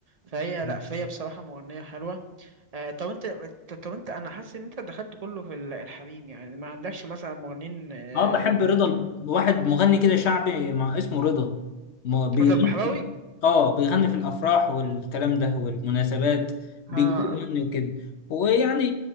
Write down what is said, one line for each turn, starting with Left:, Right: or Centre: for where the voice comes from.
Right: فهي
Left: مم.
Right: لا فهي بصراحة مغنية حلوة آه، طب انت ط- طب انت انا حاسس ان انت دخلت كله في ال- الحريم يعني ما عندكش مثلا مغنيين آه،
Left: اه بحب
Right: يعني
Left: رضا
Right: رجاله
Left: واحد مغني كده شعبي مع اسمه رضا ما بيغني
Right: رضا البحراوي
Left: في اه بيغني في الافراح والكلام ده والمناسبات
Right: آه،
Left: بيجيبوه يغني وكده ويعني